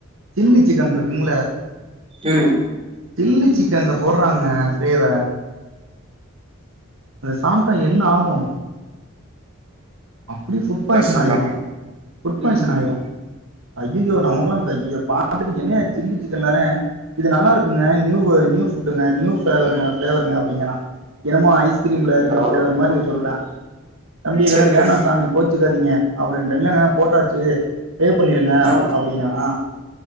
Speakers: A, on the right; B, on the right.
A: சில்லி சிக்கன் இருக்குங்ள
B: ம்
A: சில்லி சிக்கன்ல போடறாங்க ஃபிரேவ அத சாப்ட்டா என்ன ஆகு அப்டியே ஃபுட் பாய்சன்
B: கஷ்டம்
A: ஆயிரு
B: தான்.
A: ஃபுட் பாய்சன்
B: ம்.
A: ஆயிரு
B: ம்.
A: ஐயயோ நமக்குலா வெ ய பாத்துட்டு என்னயா சில்லி சிக்கன்தானே இது நல்லாருக்குங்க நியூவ் நியூ ஃபுட்டுங்க நியூ ஃபேவருங்க ஃப்ளேவருங்க அப்படிங்கறா என்னமோ ஐஸ் கிரீம்ல இருக்க
B: ஆ.
A: ஃபேவர் மாரி இத சொல்றா தம்பி இதல்லா
B: சரி.
A: வேணா நீங் கோச்சுக்காதிங்க அப்டின்ட்ட இல்லங்க போட்டாச்சு பே பண்ணிருங்க
B: ஆ
A: அப்டிங்கறா